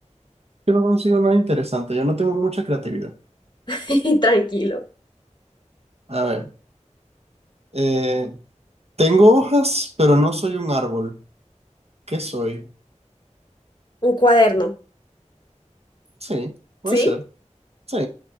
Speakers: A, on the right (about 55°); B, on the left (about 35°).
A: yo no consigo nada interesante. Yo no tengo mucha creatividad.
B: <laughs> Tranquilo.
A: A ver, eh, Tengo hojas, pero no soy un árbol. ¿Qué soy?
B: Un cuaderno.
A: Sí, puede
B: ¿Sí?
A: ser. Sí.